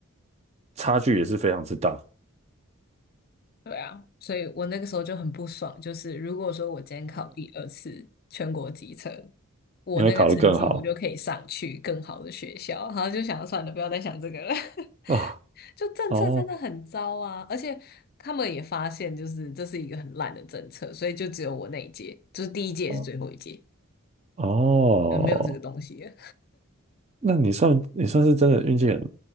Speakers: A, on the right; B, on the left.
A: 差距也是非常之大，
B: 对啊，所以我那个时候就很不爽，就是如果说我今天考第二次全国机测，我那个成绩我就可以上去更好的学校，
A: 你会考得更好
B: 然后就想算了，不要再想这个了。<laughs>
A: 啊？
B: 就政策真的很糟啊，
A: 哦
B: 而且他们也发现，就是这是一个很烂的政策，所以就只有我那一届，就是第一届也是最后一届，
A: 哦，哦
B: 就没有这个东西了。
A: 那你算你算是真的运气很，